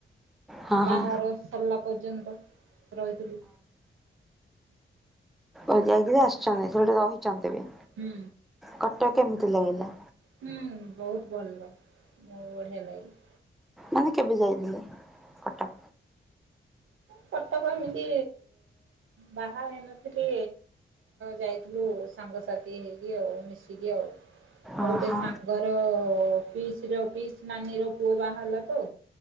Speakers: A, in the centre; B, on the right (about 80°).
A: ହଁ
B: ବାହାର
A: ହଁ
B: ସରିଲା ପର୍ଯ୍ୟନ୍ତ ରହିଥିଲୁ।
A: ଓ ଯାଇକିରି ଆସିଛନ୍ତି ସେ ରହିଛନ୍ତି ବି
B: ହୁଁ।
A: କଟକ କେମିତି ଲାଗିଲା?
B: ହୁଁ। ବହୁତ ଭଲ ବହୁତ ବଢ଼ିଆଁ ଲାଗିଲ।।
A: ମାନେ କେବେ ଯାଇଥିଲେ? କଟକ?
B: କଟକ ଏମିତି ବାହା ହେଇନଥିଲି ଯାଇଥିଲୁ ସାଙ୍ଗସାଥି ହେଇକି ଆଉ ମିଶିକି ଆଉ। ମୋର୍
A: ଓହୋ।
B: ଗୋଟେ ସାଙ୍ଗର ପିସ୍ ର ପିସ୍ ନାନୀ ର ପୁଅ ବାହାହେଲା ତ